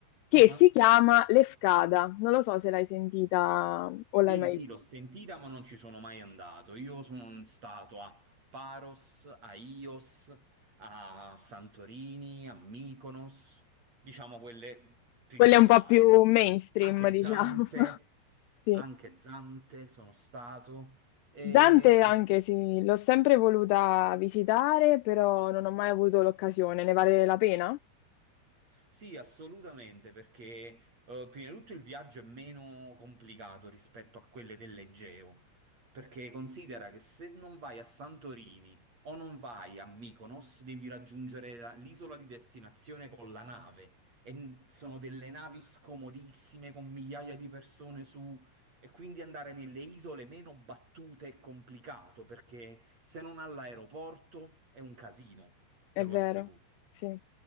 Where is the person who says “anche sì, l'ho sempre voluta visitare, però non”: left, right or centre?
Left